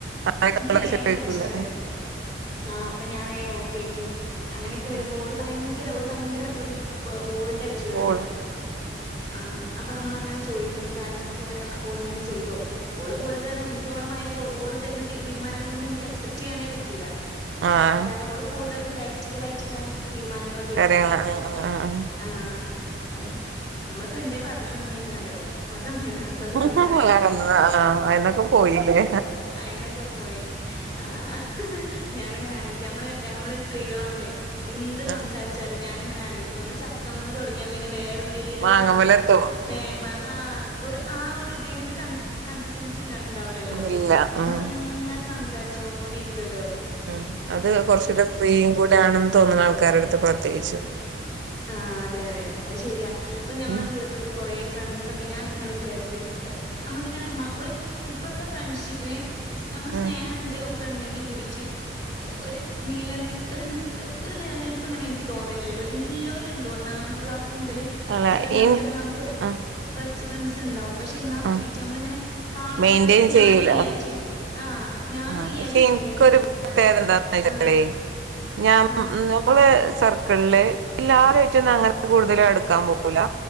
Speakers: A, on the right (about 80°); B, on the left (about 25°).
A: അങ്ങനൊക്കെ
B: ഇന്ക് വേം
A: ചോദിക്കൂലേ
B: ടെൻഷൻ വരും ആഹ് അപ്പം ഞാൻ വേം ഓക്ക് വിളിക്യും അങ്ങനൊക്കെ വരുമ്പോ
A: ആഹ്
B: ഓള് ഭയങ്കര ഓള് ഭയങ്കര ഒരു ബ ബോൾ ടായിറ്റുള്ള
A: കോള്
B: ഒരാളാ ആഹ് അപ്പ അമ്മള് അങ്ങനെ ചോയ്ക്കും കാര്യങ്ങളൊക്കെ ഇങ്ങനെ അപ്പോള്ങ്ങനെ ചെയ്തോ ഓള്ഗോൾഡ്ഞ്ഞാ ഇന്ക് ഓളെമായിരി ബൊ ഓള് തര്ണ തീര്മാഞങ്ങളൊന്ന് ഇന്ക് എക്സെപ്റ്റ് യ്യാനേ പറ്റൂലാ
A: ആഹ്
B: കാരണം ഓള് കൂടുതലും പ്രാക്ടിക്കലായിറ്റ്ല്ല തീരുമാനങ്ങള്
A: കര്യങ്ങള് ആഹ് ആഹ്‌ അഹ്‌
B: ആഹ് അപ്പം നമ്മളിപ്പോ എന്താ പറഞ്ഞോണ്ടന്നിന് അറിയോ അ തമിഴ്‌നാട്ട്ത്തോല്
A: ആഹ്
B: വന്നതല്ലെന്യോ
A: ആഹ് ആഹ് അയിന്നൊക്കെ പോയില്ലേ
B: അയിന്നൊക്കെ പോയി. ഹ് ആഹ് അഹ് ഹ് ഹ് ഞാന്ങ്ങനെ ആലോയിക്കാ അമ്മള് അമ്മള് സ്ത്രീകളാഉമ്പളെ എന്ത്
A: ആഹ്
B: സംസാരിച്ചാലും ഞാനിങ്ങനെ ആലോയ്ക്യും നമ്മള് ചക്കമന്ന് തുടങ്ങിയ പിന്നെ വേറെ എന്തേലും
A: മാങ്ങമ്മലെത്തും
B: ഒരു സ്ഥാനത്ത്മ്മന്ന് ലെ മഹാ ഒരു ആ ഒര്തിന് ഒര് കൺ കൺസസൻസില്ല ഇണ്ടാവുലല്ലോ.
A: ഇല്ല
B: നമ്മളങ്ങനെ
A: ഉം
B: സംസാരിച്ചോണ്ടിരിക്കുവല്ലൊ
A: ഉം അത് കൊറച്ചൂടെ ഫ്രീയും കൂടെ ആണെന്ന് തോന്ന്ണ ആൾക്കാരട്ത്ത് പ്രത്യേയിച്ചു
B: ആഹ് അതെ അതെ അഹ്ശരിയാ ഇപ്പ ഞമ്മെളെ
A: ഉം
B: ജീവിതത്ത്ക്ക് കൊറേ ഫ്രണ്ട്സൊക്കെ ഞാൻ ഇങ്ങനെ വിചാരിക്യും. നമുക്കിങ്ങനെ മ ഒര് ഇപ്പത്തെ ഫ്രൻഷിപ്പിന് സ് നമ്മള് സ്നേഹണ്ട്
A: ഉം
B: ഒക്കെ ണ്ടെങ്കി കൂടിട്ട് ഒര് നീല നി ഒരു നിലനിൽപ്പ് ഇങ്ങനെ ഇൻക്ക് തോന്നലില്ലട്ടോ ഇ ഇല്ലോല്ണ്ട് ഒന്നാം ക്ലാസ് മുതല്
A: അല്ല
B: ഇത്രാംക്ലാസ്
A: ഇനി
B: വരെ നമുക്കൊരു
A: ആഹ്
B: ബെസ്റ്റ് ഫ്രൻസ് ഇണ്ടാവും പഷെ ഇന്നാ കൂടിട്ട്
A: ആഹ്
B: നമ്മളിങ്ങനെ കാണുന്നലോട്
A: മെയിന്റെയിൻ
B: ഇപ്പം ഞാന്
A: ചെയ്യൂല
B: ഇയ്യായിറ്റ് ആഹ് ഞാനും
A: ആഹ്
B: ഈയായിട്ട്
A: പഷെ
B: ഇപ്പ
A: ഇൻക്കൊരു
B: എങ്ങനെയിരിക്കും
A: പ്രത്യേകതന്താന്ന്ച്ചാല്
B: ആഹ്
A: ഞാം
B: ആഹ്
A: ഉം ഞമ്മള് സർക്കിൾല് എല്ലാരായിറ്റുന്നും അങ്ങനെ കൂടുതലു അടുക്കാൻ പോവൂല